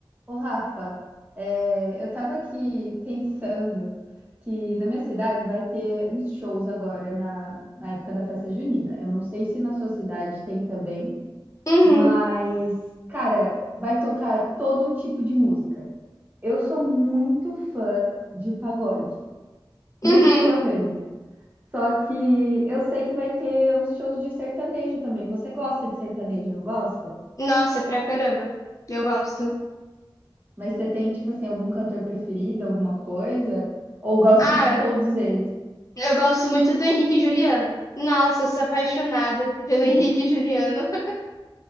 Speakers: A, on the right; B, on the left.
A: Ô Rafa, é, eu tava aqui pensando que na minha cidade vai ter uns shows agora na, na época da festa junina. Eu não sei se na sua cidade tem também,
B: Uhum,
A: mas, cara, vai tocar todo tipo de música. Eu sou muito fã de pagode, muito
B: uhum.
A: fã mesmo. Só que eu sei que vai ter uns shows de sertanejo também. Você gosta de sertanejo, não gosta?
B: Nossa, pra caramba. Eu gosto.
A: Mas você tem, tipo assim, algum cantor preferido, alguma coisa? Ou gosta
B: Ah,
A: de todos eles?
B: eu gosto muito do Henrique e Juliano. Nossa, eu sou apaixonada pelo
A: Hum.
B: Henrique e Juliano. <laughs>